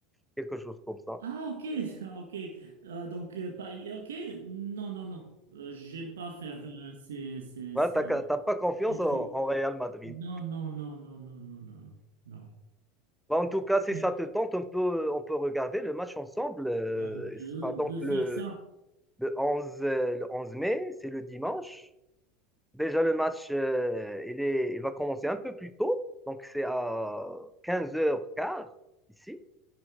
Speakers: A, in the centre; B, on the right (about 70°).
A: quelque chose comme ça.
B: Ah, ok, <laughs> ah, ok. Euh, donc, euh, Paris, ok. Non, non, non. Euh, j'aime pas faire euh, ces, ces,
A: Voilà,
B: ces-
A: t'as, qu'à- t'as pas confiance
B: Ces
A: en,
B: truc
A: en Real Madrid.
B: Non, non, non, non, non, non, non, non, non.
A: Bah, en tout cas, si
B: Non,
A: ça te tente, on peut, on peut regarder le match ensemble. Euh,
B: On peut,
A: il sera
B: on
A: donc
B: peut faire
A: le,
B: ça.
A: le 11, euh, le 11 mai, c'est le dimanche. Déjà, le match, euh, il est, il va commencer un peu plus tôt. Donc, c'est à quinze heures 15 ici.